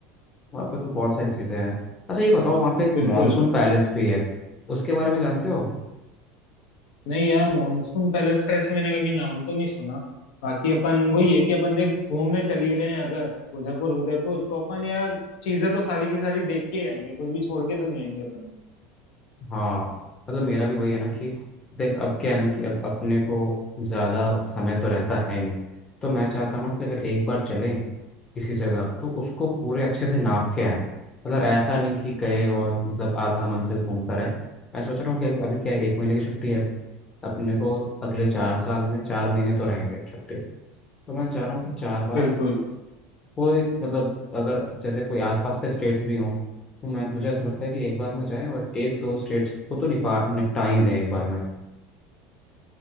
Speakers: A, on the left; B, on the left.
A: वहाँ पे तो बहुत सारी चीज़ें हैं अच्छा ये बताओ वहाँ पे एक
B: बिल्कुल
A: मॉनसून पैलेस भी है उसके बारे में जानते हो
B: नहीं यार मॉनसून पैलेस का ऐसे मैंने कभी नाम तो नहीं सुना बाकी अपन वही है कि अपन देख घूमने चल ही रहे हैं अगर उदयपुर उदयपुर तो अपन यार चीजें तो सारी की सारी देख के ही आएंगे कुछ भी छोड़ के तो नहीं आएंगे अपन
A: हाँ मतलब मेरा भी वही है ना कि देख अब क्या है ना कि अब अपने को ज़्यादा समय तो रहता है नहीं तो मैं चाहता ना कि अगर एक बार चलें किसी जगह तो उसको पूरे अच्छे से नाप के आए मतलब ऐसा नहीं कि गए और मतलब आधा मन से घूम कर आए मैं सोच रहा हूँ कि अभी क्या है, एक महीने की छुट्टी है अपने को अगले चार साल में चार महीने तो रहेंगे छुट्टी तो मैं चाह रहा हूँ कि चार बार
B: बिल्कुल
A: कोई मतलब अगर जैसे कोई आसपास के स्टेट्स भी हों तो मैं मुझे ऐसा लगता है कि एक बार में जाएं और एक दो स्टेट्स को तो निपा निपटा ही दें एक बार में